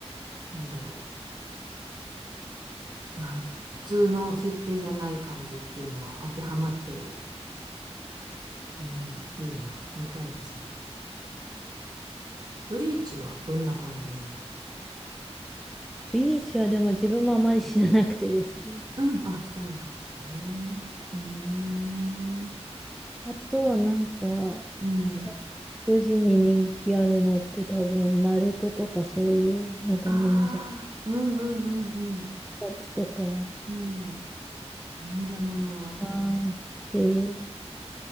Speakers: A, on the right (about 35°); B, in the centre.
A: なんだろう。なん、ふ普通の設定じゃない感じっていうのは当てはまってる。うん、いいな。見たいですね。ブリーチはどんな感じの
B: ブリーチはでも自分もあまり知らなくてですね。
A: うん、あ、そうなんですね。うーん、
B: あとはなんか、
A: うん。
B: 外国人に人気あるのって多分、ナルトとかそういう、なんか忍者
A: ああ、うんうんうん
B: のやつとか、
A: うん。うん。忍者ものは、
B: なーっていう